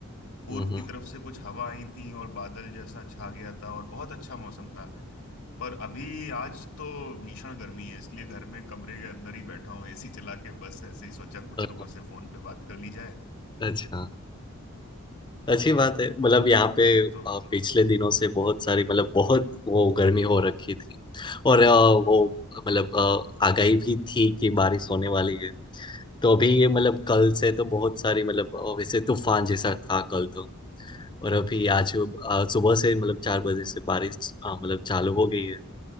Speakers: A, on the left; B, on the left.
A: पूर्व
B: हम्म
A: की
B: हम्म।
A: तरफ से कुछ हवा आई थी और बादल जैसा छा
B: हम्म।
A: गया था और बहुत अच्छा मौसम था पर अभी आज तो भीषण गर्मी है इसलिए घर में कमरे के अंदर ही बैठा हूँ <laughs> एसी चला के बस ऐसे ही सोचा कुछ
B: अ,
A: लोगों से फोन पे बात कर ली जाए
B: अच्छा अच्छी बात है मतलब यहाँ पे अ,
A: तो
B: पिछले दिनों से बहुत सारी मतलब बहुत वो गर्मी हो रखी थी और अ, वो मतलब अ, आगाही भी थी कि बारिश होने वाली है तो अभी ये मतलब कल से तो बहुत सारी मतलब अ, वैसे तूफान जैसा था कल तो और अभी आज अ, सुबह से मतलब चार बजे से बारिश अ, मतलब चालू हो गई है